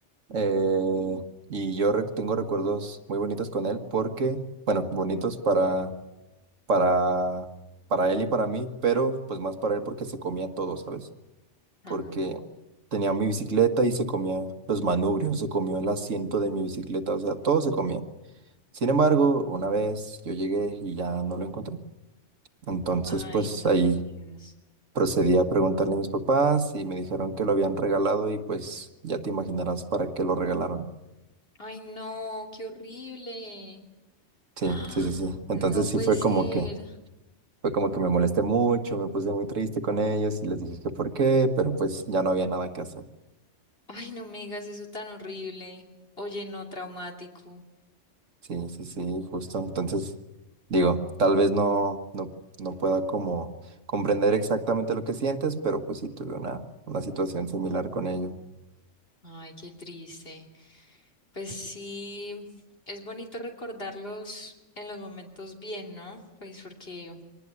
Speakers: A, on the right; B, on the left.
A: Eh, y yo rec- tengo recuerdos muy bonitos con él porque, bueno, bonitos para para, para él y para mí, pero pues más para él porque se comía todo, ¿sabes?
B: Ah.
A: Porque tenía mi bicicleta y se comía los manubrios, se comió el asiento de mi bicicleta, o sea, todo se comía. Sin embargo, una vez yo llegué y ya no lo encontré. Entonces,
B: Ay,
A: pues
B: no
A: ahí
B: digas.
A: procedí a preguntarle a mis papás y me dijeron que lo habían regalado y pues ya te imaginarás para qué lo regalaron.
B: Ay, no, qué horrible.
A: Sí,
B: ¡Ah!
A: sí, sí, sí. Entonces
B: No puede
A: sí fue
B: ser.
A: como que Fue como que me molesté mucho, me puse muy triste con ellos y les dije que por qué, pero pues ya no había nada que hacer.
B: Ay, no me digas eso tan horrible. Oye, no, traumático.
A: Sí, sí, sí, justo. Entonces, digo, tal vez no, no, no pueda como comprender exactamente lo que sientes, pero pues sí tuve una, una situación similar con ellos.
B: Ay, qué triste. Pues sí, es bonito recordarlos en los momentos bien, ¿no? Pues porque